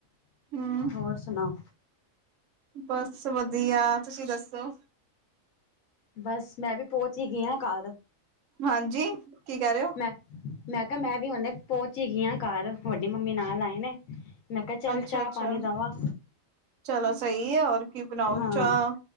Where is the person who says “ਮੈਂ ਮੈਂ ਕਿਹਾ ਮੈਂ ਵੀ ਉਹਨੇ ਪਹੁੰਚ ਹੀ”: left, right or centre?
Left